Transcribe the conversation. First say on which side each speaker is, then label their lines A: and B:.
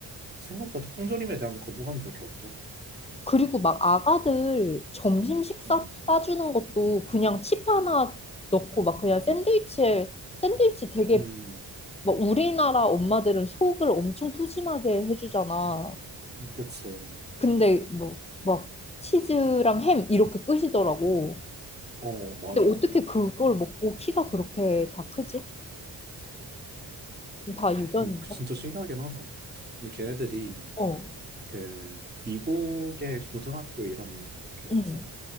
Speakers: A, on the right; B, on the left.
A: 생각보다 통조림에 대한 거부감이 그렇게 없더라.
B: 그리고 막 아가들 점심 식사
A: 음,
B: 싸주는 것도 그냥 칩 하나 넣고 막 그냥 샌드위치에 샌드위치 되게
A: 음,
B: 뭐 우리나라 엄마들은 속을 엄청 푸짐하게 해주잖아.
A: 그치.
B: 근데 뭐 막 치즈랑 햄 이렇게 끝이더라고.
A: 어, 맞아.
B: 근데 어떻게 그걸 먹고 키가 그렇게 다 크지? 다 유전인가?
A: 근데 그 진짜 신기하긴 하다. 근데 걔네들이
B: 어,
A: 그 미국의 고등학교 이런 그
B: 응,
A: 뭐지?